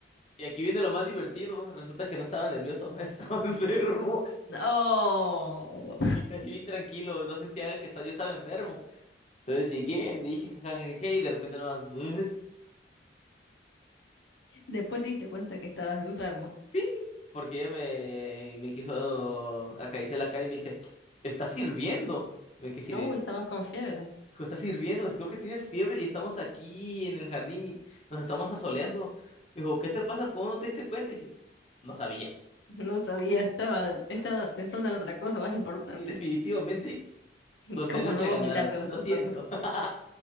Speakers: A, on the left (about 35°); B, on the left (about 80°).
A: Y aquí viene lo más divertido. Resulta que no estaba nervioso, <laughs> estaba enfermo
B: No.
A: y casi bien tranquilo. No sentía que estaba, yo estaba enfermo. Entonces llegué, le dije jajajaja y de repente nomás, "Bleh".
B: Después te diste cuenta que estabas enfermo.
A: sí, porque ella me, me quiso acariciar la cara y me dice, ¿estás sirviendo? Me quedé así de,
B: Uy, estabas con fiebre.
A: Hijo, estás sirviendo, creo que tienes fiebre y estamos aquí en el jardín y nos estamos asoleando. Dijo, ¿qué te pasa? ¿Cómo no te diste cuenta? dije, no sabía.
B: No sabía, estaba, estaba pensando en otra cosa más importante,
A: Sí, definitivamente. <laughs>
B: <laughs>
A: Los nervios
B: como no
A: me
B: vomitarte
A: ganaron.
B: los
A: Lo
B: zapatos.
A: siento. <laughs>